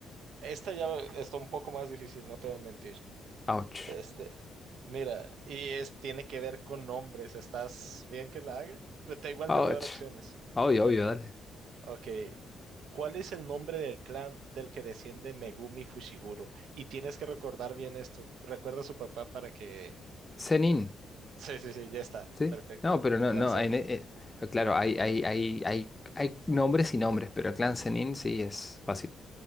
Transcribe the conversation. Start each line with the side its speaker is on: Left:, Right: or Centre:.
Right: Esta ya está un poco más difícil, no te voy a mentir.
Left: Ouch.
Right: Este, mira, y es, tiene que ver con nombres. ¿Estás bien que la haga? Pero te- igual
Left: Ouch.
Right: te voy a dar opciones.
Left: Obvio, obvio, dale.
Right: Ok. ¿Cuál es el nombre del clan del que desciende Megumi Fushiguro? Y tienes que recordar bien esto. Recuerda a su papá para que...
Left: Zenin,
Right: Sí, sí, sí, ya está.
Left: ¿sí?
Right: Perfecto.
Left: No, pero no,
Right: Clan
Left: no.
Right: sen
Left: en e- eh, claro, hay, hay, hay, hay, hay nombres y nombres, pero el clan Zenin sí es fácil.